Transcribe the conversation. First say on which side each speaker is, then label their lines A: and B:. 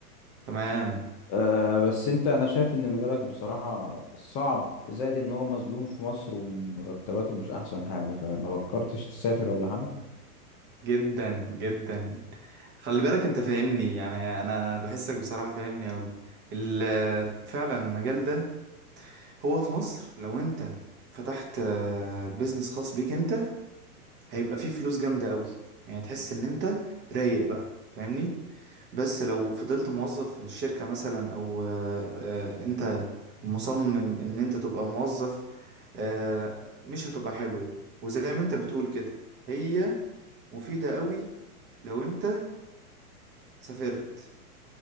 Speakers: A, on the right (about 25°); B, on the left (about 25°).
A: تمام
B: أه بس انت انا شايف ان مجالك بصراحة صعب زائد ان هو مظلوم في مصر ومرتباته مش احسن حاجة فما فكرتش تسافر ولا حاجة
A: جدا جدا خلي بالك انت فاهمني يعني انا انا بحسك بصراحة فاهمني اوي ال- فعلا المجال ده هو في مصر لو انت فتحت بيزنس خاص بيك انت هيبقى فيه فلوس جامدة قوي يعني تحس ان انت رايق بقى فاهمني بس لو فضلت موظف في الشركة مثلا او آه، آه، انت مصمم ان انت تبقى موظف آه، مش هتبقى حلو وزي ما انت بتقول كده هي مفيدة قوي لو انت سافرت